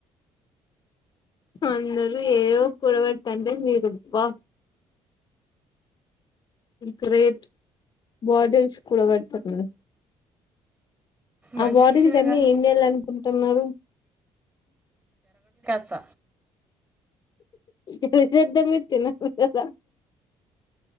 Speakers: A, on the left; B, on the right.
A: అందరు ఏయవో కూడబెడతాంటే మీరు వా గ్రేట్ బాటిల్స్ కూడా పెడుతున్నారు ఆ
B: మంచి
A: బాటిల్స్
B: విషయమేగా
A: అన్ని ఏం చేయాలనుకుంట టున్నారు
B: స
A: ఏం చేద్దాం? నేను తిన్నాం కదా